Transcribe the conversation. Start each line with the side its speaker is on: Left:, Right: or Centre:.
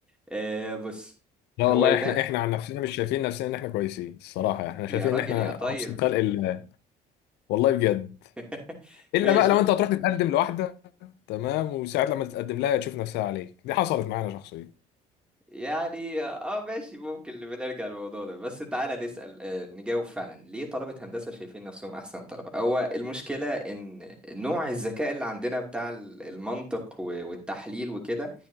Centre: آه بص
Left: لا والله
Centre: هو يبقى
Left: احنا احنا عن نفسنا مش شايفين نفسنا ان احنا كويسين الصراحه يعني احنا
Centre: يا
Left: شايفين
Centre: راجل
Left: ان احنا
Centre: يا طيب
Left: ابسط خلق الله والله بجد
Centre: <laughs>
Left: الا
Centre: ماشي
Left: بقى لو
Centre: يعني
Left: انت هتروح تتقدم لواحده تمام وساعات لما تتقدم لها تشوف نفسها عليك دي حصلت معانا شخصيا
Centre: يعني اه ماشي ممكن بنرجع للموضوع ده بس تعالى نسأل آه، نجاوب فعلا ليه طلبة هندسة شايفين نفسهم أحسن طلبة هو المشكلة إن نوع الذكاء اللي عندنا بتاع ال- المنطق و- والتحليل وكده